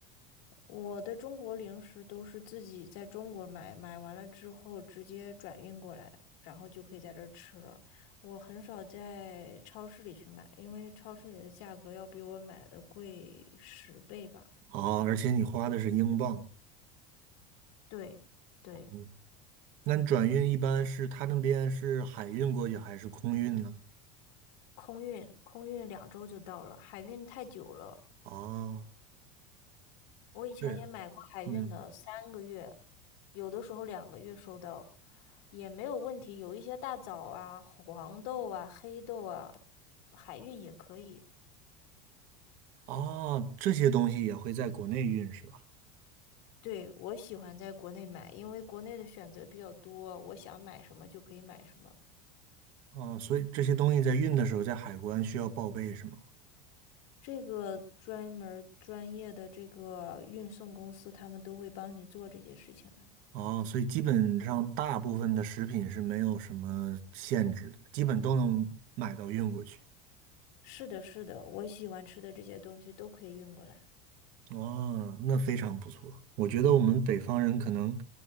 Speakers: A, on the left; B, on the right.
A: 我的中国零食都是自己在中国买，买完了之后直接转运过来，然后就可以在这儿吃了。我很少在超市里去买，因为超市里的价格要比我买的贵十倍吧。
B: 哦，而且你花的是英镑。
A: 对，对。
B: 嗯，那你转运一般是他那边是海运过去还是空运呢？
A: 空运，空运两周就到了，海运太久了。
B: 哦，
A: 我以前也买过海运的，
B: 这样，嗯，
A: 三个月，有的时候两个月收到，也没有问题。有一些大枣啊、黄豆啊、黑豆啊，海运也可以。
B: 哦，这些东西也会在国内运是吧？
A: 对，我喜欢在国内买，因为国内的选择比较多，我想买什么就可以买什么。
B: 哦，所以这些东西在运的时候，在海关需要报备是吗？
A: 这个专门儿专业的这个运送公司，他们都会帮你做这些事情的。
B: 哦，所以基本上大部分的食品是没有什么限制的，基本都能买到运过去。
A: 是的，是的，我喜欢吃的这些东西都可以运过来。
B: 哦，那非常不错。我觉得我们北方人可能